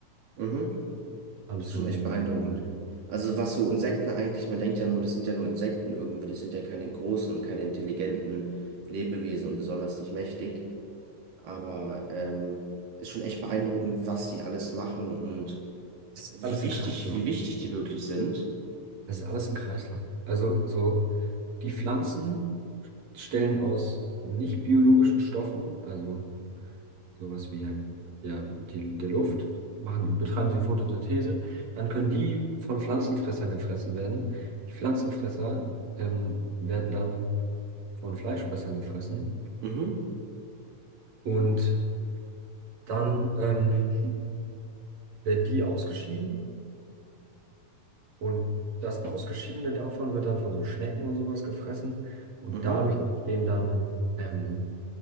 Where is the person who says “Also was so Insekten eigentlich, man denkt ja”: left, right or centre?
Right